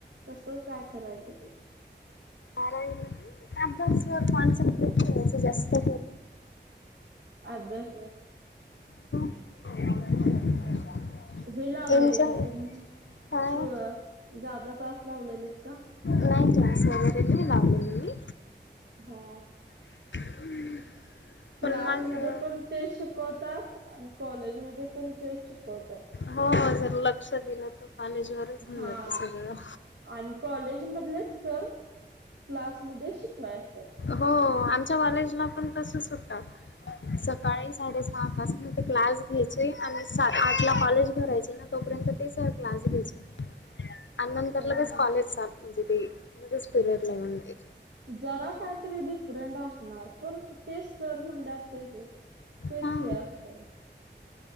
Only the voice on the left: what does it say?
बारावीला अभ्यासवर कॉन्सन्ट्रेट जास्त करू.
<unintelligible>
एन्जॉय
काय
नाही क्लास वगैरे नाही लावलेलं मी
<inaudible>
पण माझं
हो जरा लक्ष दिलं तर कॉलेज वरच होऊन
जात सगळं.
हो आमच्या कॉलेजला पण तसच होत. सकाळी साडेसहा पासन ते क्लास घ्यायचे आणि सा आठ ला कॉलेज भरायचे ना तोपर्यंत क्लास घेयच <inaudible>
आणि नंतर लगेच
कॉलेज चाल म्हणजे ते लगेच पिरियड ला येऊनची.
हा